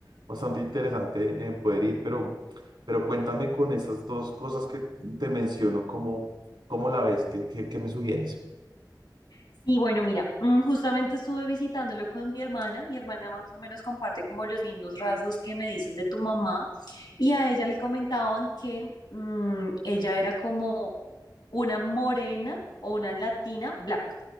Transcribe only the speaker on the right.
bastante interesante en poder ir, pero, pero cuéntame con esas dos cosas que te menciono, ¿cómo, cómo la ves? ¿Qué, qué, qué me sugieres?